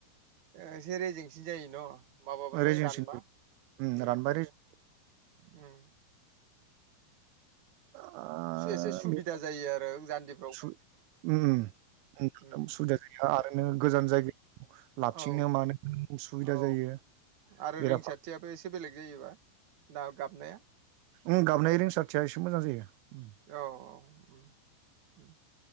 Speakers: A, on the right (about 50°); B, on the right (about 85°).
A: एसे रेजेंसिन जायो न'? माबाबाथाय
B: रेजेंसिन
A: रानबा उम
B: रानबाय
A: उम
B: रेजें
A: उम
B: ओ
A: से एसे सुबिदा
B: बे
A: जायो आरो जान्जि
B: सु उम <unintelligible>
A: उम
B: सुबिदा
A: उम
B: जायो आरो नों गोजान जायगायाव। लाबथिंनो
A: औ
B: मानो उसुबिदा
A: औ
B: जायो।
A: आरो
B: बेरा
A: रिंसथियाबो एसे बेलेग जायोबा ना गाबनाया?
B: उम गाबनाय रिंसारथिया एसे मोजां जायो। उम
A: औ औ उम उम